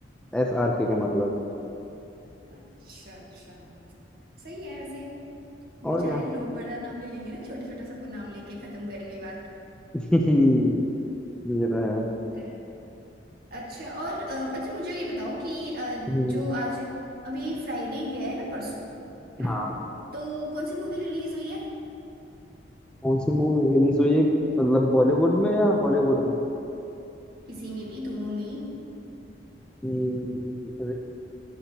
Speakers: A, in the centre; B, on the right (about 55°).
A: S R K
B: ओ
A: का मतलब
B: अच्छा अच्छा सही है वैसे
A: और
B: बेचारे
A: क्या
B: लोग बड़ा नाम नहीं लेंगे ना छोटा छोटा सा नाम लेके खत्म करेंगे बात
A: <laughs> ये रहा है
B: होता है अच्छा और अ, अच्छा मुझे ये बताओ कि अ,
A: हम्म,
B: जो आज अभी फ्राइडे गया है ना परसों है
A: हाँ
B: ना तो कौन सी मूवी रिलीज हुई है
A: कौन सी मूवी रिलीज हुई है मतलब बॉलीवुड में या हॉलीवुड
B: किसी में भी दोनों में ही
A: में